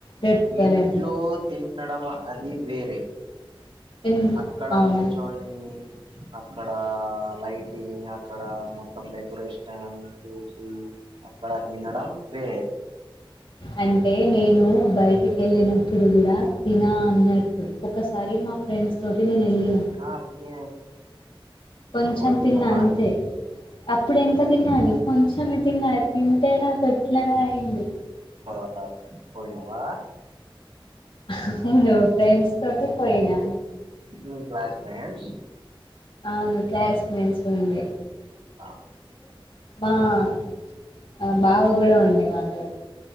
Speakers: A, on the left; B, on the right.
A: రెడ్ కలర్ది
B: ఇంట్లో తినడం అది వేరే
A: ఎన్
B: అక్కడ
A: అవునా
B: కూర్చొని అక్కడ లైటింగ్ అక్కడ మొత్తం డెకరేషనల్ చూసి అక్కడ తినడం వేరే
A: అంటే నేను బయటికెళ్ళినప్పుడు కూడా తిన అన్నట్టు ఒకసారి మా ఫ్రెండ్స్ తోటి నేను వెళ్ళిన
B: ఆ తి
A: కొంచెం
B: అప్పుడు తిన్నావా
A: తిన్న అంతే అప్పుడు ఎంత తిన్నాను కొంచమే తిన అది తింటే నాకు అట్లనో అయింది
B: ఆ పోయినవా
A: అవును ఫ్రెండ్స్ తోటే పోయినా
B: మీ క్లాస్ ఫెంట్స్
A: అవును క్లాస్ మేట్స్ ఉండే
B: అ
A: ఆ మా బావ కూడా ఉండే వాళ్లతోటి